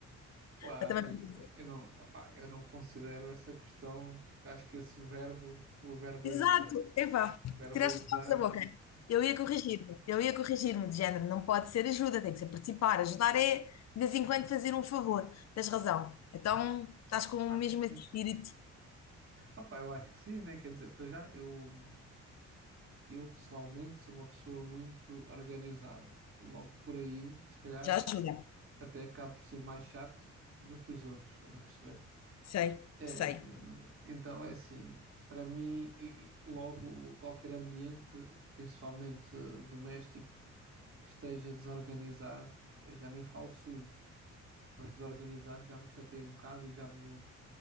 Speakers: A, on the right; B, on the left.
A: Claro,
B: Ou também.
A: eu não, opá, eu não considero essa questão, acho que esse verbo, o verbo
B: Exato,
A: ajudar,
B: epá,
A: o verbo
B: tiraste
A: ajudar,
B: os palavras da boca. Eu ia corrigir-me, eu ia corrigir-me de género, não pode ser ajuda, tem que ser participar. Ajudar é, de vez em quando, fazer um favor. Tens razão. Então, estás com o
A: acho
B: mesmo
A: que sim.
B: espírito,
A: Opá, eu acho que sim, né? Quer dizer, para já, eu, eu pessoalmente sou uma pessoa muito organizada. Logo por aí, se calhar,
B: já ajuda.
A: até acabo por ser mais chato do que os outros, estás a perceber?
B: Sei,
A: É,
B: sei.
A: então é assim, para mim, e- e logo qualquer ambiente, principalmente doméstico, que esteja desorganizado, eu já nem falo sujo, mas desorganizado já me chateia um bocado e já me